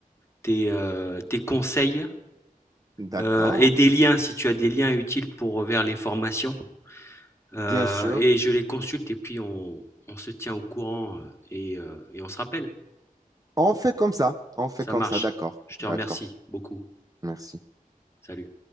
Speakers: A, on the left (about 15°); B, on the right (about 25°).
A: tes, euh, tes conseils
B: d'accord,
A: euh, et des liens, si tu as des liens utiles pour euh, vers les formations? Euh,
B: bien sûr.
A: et je les consulte et puis on, on se tient au courant euh, et, euh, et on se rappelle.
B: On fait comme ça, on fait
A: Ça
B: comme
A: marche.
B: ça, d'accord,
A: Je te
B: d'accord.
A: remercie beaucoup.
B: Merci.
A: Salut.